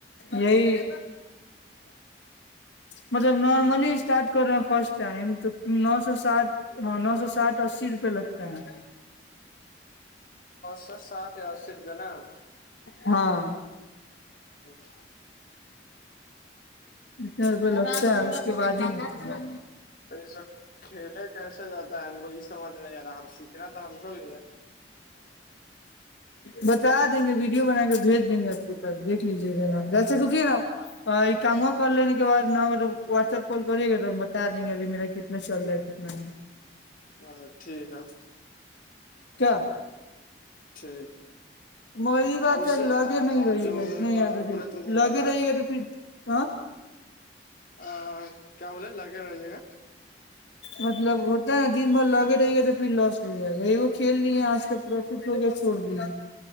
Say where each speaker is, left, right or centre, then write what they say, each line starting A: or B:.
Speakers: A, on the left; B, on the left.
A: یہی مطلب نارملی اسٹارٹ کر رہے ہیں فرسٹ ٹائم تو نو سو سات ہاں نو سو ساٹھ اسی روپے لگتا ہے
B: سا سات یا کا نا
A: ہاں
B: اوکے
A: اتنا روپئے لگتا ہے اس کے بعد ہی اں
B: تو یہ سب کھیلے کیسے جاتا ہے ہم کو یہ سمجھ نہیں آ رہا ہم سیکھنا تو ہم کو بھی ہے
A: بتا دیں گے ویڈیو بنا کے بھیج دیں گے آپ کو دیکھ لیجیے گا نا جیسے دکے نا یہ کام کال لینے کے بع ن اگر واٹس ایپ کال کری گا تو ہم بتا دیں گے ابھی میرا کتنا چل رہا ہے کتنا نہیں
B: ہاں ٹھیک ہے
A: کیا
B: ٹھیک
A: مگر یہ بات
B: اور اس
A: ہے
B: سے
A: لگے نہیں رہے
B: جو
A: گا اتنا
B: ایک
A: یاد
B: والا اور
A: رکھیے
B: بولے تھے وہ
A: لگے
B: والا
A: رہے گا تو پھر ہاں
B: آ کیا بولے لگے رہیے گا
A: مطلب ہوتا ہے نا دن بھر لگے رہ گئے تو پھر لاس ہو جائے گای وہ کھیل لیے آج کا پروفٹ ہو گیا چھوڑ دیا